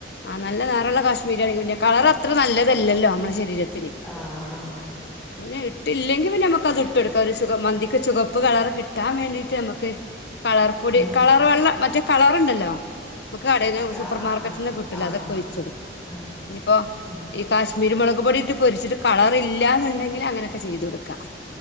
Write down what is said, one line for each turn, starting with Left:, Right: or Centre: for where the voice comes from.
Left: ആ നല്ല നറള്ള കാശ്മീരി ആണെങ്കിലും കളർ അത്ര നല്ലതല്ലല്ലോ നമ്മുടെ ശരീരത്ത്
Centre: ആ ആ
Left: പിന്നെ ഇട്ടില്ലെങ്കിൽ പിന്നെ നമ്മുക്ക് അത് ഇട്ട് കൊടുക്കാം ഒരു മന്തിക്ക് ചുഖപ്പ് കളർ കിട്ടാൻ വേണ്ടീട്ട് നമുക്ക് കളർ
Centre: ആഹ്
Left: പൊടി കളർ വെള്ളം മറ്റേ കളറുണ്ടല്ലോ നമുക്ക് കടയില് സൂപ്പർ
Centre: ആഹ് ആഹ്
Left: മാർക്കറ്റിന്ന്
Centre: ആഹ് ആഹ്
Left: കിട്ടുല്ല
Centre: ആഹ്
Left: അതൊക്കെ ഒഴിച്ച് കൊടുക്കാം
Centre: ആഹ്
Left: ഇനിയിപ്പോ
Centre: ആഹ്
Left: ഈ കാശ്മീരിമുള ക് പൊടി ഇട്ട് പൊരിച്ചിട്ട് കളറില്ലാന്നുണ്ടെങ്കിൽ അങ്ങനെയൊക്കെ ചെയ്തു കൊടുക്കാം